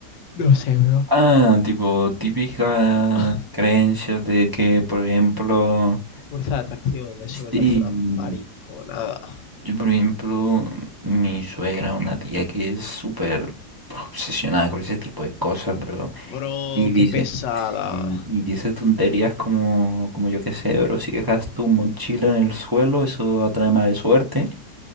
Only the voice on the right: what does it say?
Ah, tipo, típica
creencia de que, por ejemplo,
sí,
yo, por ejemplo, mi suegra, una tía que es súper obsesionada con ese tipo de cosas, bro,
y dice,
sí, y dice tonterías como, como yo qué sé, bro, si dejas tu mochila en el suelo, eso atrae mala suerte,